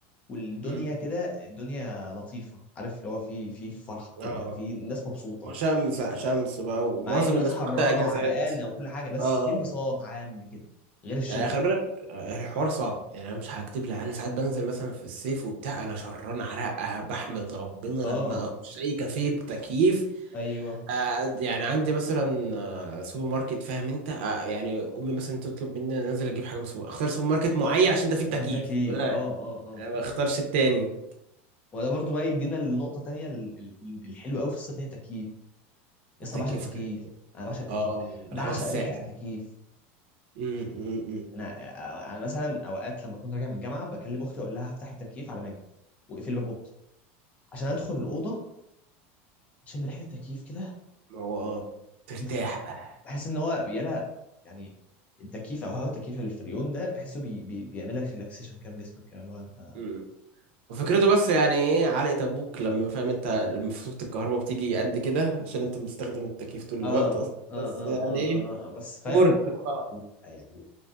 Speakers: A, on the left (about 20°); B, on the right (about 65°).
A: والدنيا
B: م.
A: كده الدنيا لطيفه عارف اللي هو في في فرحه كده
B: اه
A: في ناس مبسوطه
B: هو شمس شمس بقى ومعظم
A: مع ان الناس
B: الناس
A: حرانه
B: واخدة اجازات
A: وعرقانه وكل حاجه بس
B: اه آه.
A: في انبساط عام كده غير الشتاء
B: يعني خلي بالك آه، الحوار صعب يعني انا مش هكتب لك انا ساعات بنزل مثلا في الصيف وبتاع انا شران عرقه بحمد ربنا
A: اه
B: لما اخش اي كافيه بتكييف
A: ايوه
B: آه، يعني عندي مثلا آه، سوبر ماركت فاهم انت آه، يعني امي مثلا تطلب مني أنا انزل اجيب حاجه من سوبر اختار سوبر ماركت معين عشان ده فيه التكييف
A: عشان في تكييف
B: ولا لا
A: اه اه اه
B: أنا ما اختارش التاني
A: وده برضو بقى يدينا النقطة تانية ال- ال- الحلوة قوي في الصيف هي التكييف يا
B: التكييف
A: اسطى أنا بعشق التكييف
B: فكره
A: انا بعشق التكييف
B: اه الهواء
A: بعشق
B: الساقع
A: ريحة التكييف
B: امم أمم، أمم.
A: انا انا مثلا اوقات لما كنت راجع من الجامعة بكلم اختي اقول لها افتحي التكييف على ما اجي واقفلي باب اوضتي عشان ادخل الأوضة اشم ريحة التكييف كده
B: ما هو اه ترتاح
A: اوف
B: بقى
A: بحس ان هو يلا يعني التكييف او هواء التكييف الفريون ده بحسه بي بي بيعمل لك ريلاكسيشن كده في جسمك كده اللي هو انت
B: م- وفكرته بس يعني ايه علقة ابوك لما فاهم انت لما فاتورة الكهرباء بتيجي قد كده عشان انت مستخدم التكييف طول الوقت
A: اه
B: اصلا
A: اه اه
B: بس يعني
A: اه
B: ايه
A: اه آه. بس فاهم
B: ورث خلاص
A: يعني